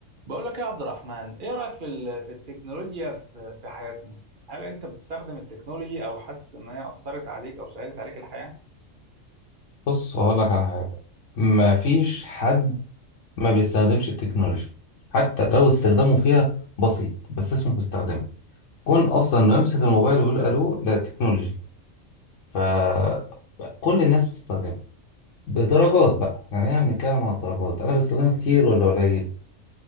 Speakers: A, on the right; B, on the left.
A: بقول لك يا عبد الرحمن ايه رايك في ال- في التكنولوجيا في في حياتنا هل انت بتستخدم التكنولوجي او حاسس ان هي اثرت عليك او سهلت عليك الحياه
B: بص هقول لك على حاجة ما فيش حد ما بيستخدمش التكنولوجيا حتى لو استخدامه فيها بسيط بس اسمه بيستخدمه كون أصلا إنه يمسك الموبايل ويقول ألو ده تكنولوجي فكل الناس بتستخدمه بدرجات بقى يعني احنا بنتكلم عن درجات أنا بستخدمها كتير ولا قليل